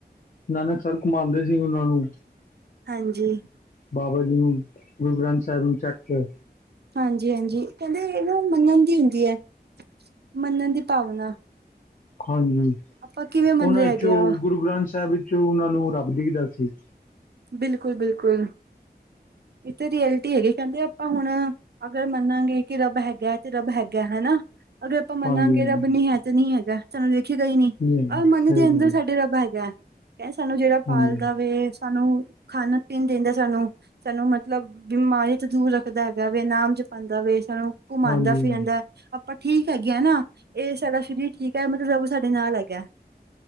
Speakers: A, on the left (about 50°); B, on the right (about 75°).
A: ਨਾਨਕ ਸਰ ਘੁੰਮਾਂਦੇ ਸੀ ਓਨਾਂ ਨੂੰ।
B: ਹਾਂਜੀ।
A: ਬਾਬਾ ਜੀ ਨੂੰ, ਗੁਰੂ ਗ੍ਰੰਥ ਸਾਹਿਬ ਨੂੰ ਚਕ ਕੇ,
B: ਹਾਂਜੀ, ਹਾਂਜੀ ਕਹਿੰਦੇ ਨਾ ਮੰਨਣ ਦੀ ਹੁੰਦੀ ਐ, ਮੰਨਣ ਦੀ ਭਾਵਨਾ।
A: ਹਾਂਜੀ,
B: ਆਪਾਂ ਕਿਵੇਂ ਮੰਨ
A: ਉਹਨਾਂ
B: ਰਿਹਾ
A: ਵਿੱਚੋਂ
B: ਹੈਗੇ ਆ
A: ਗੁਰੂ ਗ੍ਰੰਥ ਸਾਹਿਬ ਵਿੱਚੋਂ, ਉਹਨਾਂ ਨੂੰ ਰੱਬ ਦੀਦਾ ਸੀ।
B: ਬਿਲਕੁਲ, ਬਿਲਕੁਲ, ਇੱਥੇ ਜੀ ਰਐਲਟੀ ਹੈਗੀ, ਕਹਿੰਦੇ ਆਪਾਂ ਹੁਣ, ਅਗਰ ਮੰਨਾਂਗੇ ਕਿ ਰੱਬ ਹੈਗਾ ਹੈ ਤੇ ਰੱਬ ਹੈਗਾ ਹੈਨਾ। ਅਗਰ ਆਪਾਂ ਮੰਨਾਗੇ
A: ਹਾਂਜੀ ਹਾਂਜੀ
B: ਰੱਬ ਨਹੀਂ ਐ ਤੇ ਨਹੀਂ ਹੈਗਾ। ਸਾਨੂੰ ਦਿਖੇਗਾ ਈ ਨੀ,
A: ਜੀ ਹਾਂਜੀ,
B: ਆਹ ਮਨ
A: ਸਹੀ
B: ਦੇ ਅੰਦਰ
A: ਗੱਲ
B: ਸਾਡੇ
A: ਹੈ
B: ਰੱਬ ਹੈਗਾ। ਏ ਸਾਨੂੰ ਜਿਹੜਾ ਪਾਲਦਾ
A: ਹਾਂਜੀ
B: ਵੇ ਸਾਨੂੰ ਖਾਣ - ਪੀਣ ਦੇਦਾਂ ਸਾਨੂੰ, ਸਾਨੂੰ ਮਤਲੱਬ, ਬਿਮਾਰੀ ਤੋਂ ਦੂਰ ਰੱਖਦਾ ਹੈਗਾ ਵੈ, ਨਾਮ ਜਪ ਪਾਦਾਂ ਵੇ, ਸਾਨੂੰ ਘੁੰਮਾਉਂਦਾ
A: ਹਾਂਜੀ ਹਾਂਜੀ
B: ਫਿਰਾਂਦਾ। ਆਪਾਂ ਠੀਕ ਹੈਗੇ ਆ ਨਾ ਏਹ ਸਾਡਾ ਸਰੀਰ ਠੀਕ ਐ ਮਤਲੱਬ ਰਬ ਸਾਡੇ ਨਾਲ ਹੈਗਾ।